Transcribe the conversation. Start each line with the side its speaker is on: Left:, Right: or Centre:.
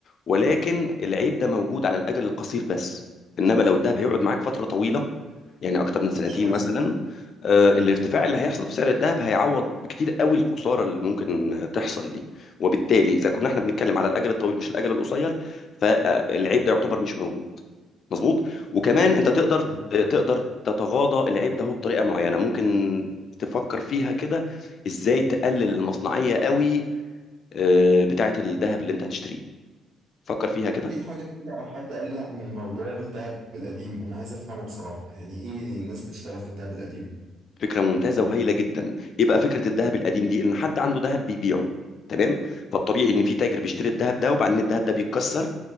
Left: ولكن العيب ده موجود على الاجل القصير بس انما لو الذهب هيقعد معاك فتره طويله يعني اكتر من سنتين
Right: شخص
Left: مثلا آه، الارتفاع اللي هيحصل في سعر الذهب هيعوض بكتير قوي الخساره اللي ممكن آه، تحصل دي وبالتالي اذا كنا احنا بنتكلم على الاجل الطويل مش الاجل القصير فالعيب ده يعتبر مش موجود مظبوط وكمان انت تقدر
Right: مظبوط
Left: آه، تقدر تتغاضى العيب ده هو بطريقه معينه ممكن تفكر فيها كده ازاي تقلل المصنعيه قوي آه، بتاعه الذهب اللي انت هتشتريه فكر فيها كده
Right: في حاجة كده حد قال لي عن موضوع الذهب القديم أنا عايز أفهمه بصراحة يعني إيه الناس بتشتغل في الذهب القديم؟
Left: فكره ممتازه وهايله جدا ايه بقى فكره الذهب القديم دي ان حد عنده ذهب بيبيعه تمام فالطبيعي ان في تاجر بيشتري الذهب ده وبعدين الذهب ده بيتكسر